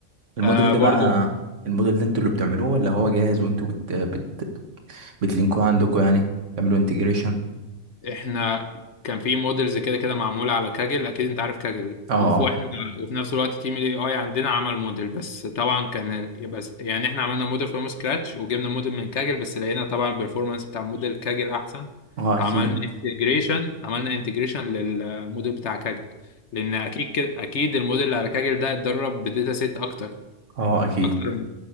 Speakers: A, on the right; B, on the left.
A: الموديل
B: آه
A: ده
B: برضو
A: بقى الموديل ده انتوا اللي بتعملوه ولا هو جاهز وانتوا بت... بت... بتلينكوه عندكم يعني تعملوا انتجريشن
B: احنا كان في موديلز كده كده معموله على كاجل اكيد انت عارف كاجل
A: اه
B: وفي
A: اه
B: احنا وفي نفس الوقت تيم الاي اي عندنا عمل موديل بس طبعا كان بس يعني احنا عملنا موديل فروم سكراتش وجبنا موديل من كاجل بس لقينا طبعا البرفورمانس بتاع موديل كاجل احسن
A: اه اكيد
B: فعملنا انتجريشن عملنا انتجريشن للموديل بتاع كاجل لان اكيد كده اكيد الموديل اللي على كاجل ده اتدرب بداتا سيت اكتر
A: اه اكيد
B: اكتر من